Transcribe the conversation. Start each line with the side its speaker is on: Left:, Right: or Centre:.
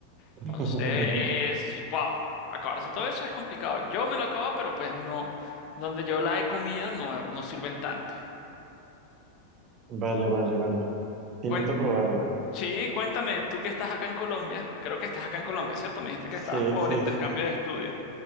Right: <laughs>
Left: Entonces, es, wow, acabarse todo eso es complicado. Yo me lo acabo, pero pues no, donde yo la he comido no, no sirven tanto.
Right: Vale, vale, vale. Sí,
Left: Cuen-
Right: necesito probarla.
Left: sí, cuéntame, tú que estás acá en Colombia, creo que estás acá en Colombia, ¿cierto? Me dijiste
Right: Sí,
Left: que estabas por
Right: sí,
Left: intercambio
Right: sí,
Left: de estudio.